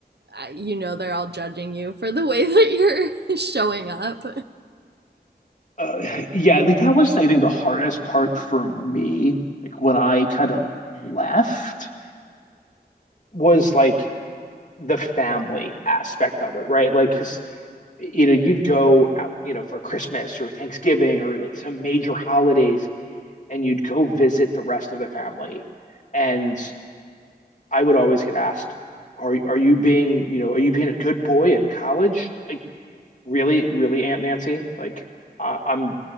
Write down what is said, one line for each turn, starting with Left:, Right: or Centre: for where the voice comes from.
Right: uh, you know they're all judging you for the way that you're <laughs> showing up.
Left: Uh, yeah, like that was, I think, the hardest part for me. Like when I kind of left was like the family aspect of it, right? Like, because you know, you'd go out, you know, for Christmas or Thanksgiving or like some major holidays, and you'd go visit the rest of the family. And I would always get asked, "Are are you being, you know, are you being a good boy in college?" Like, really, really, Aunt Nancy? Like, I, I'm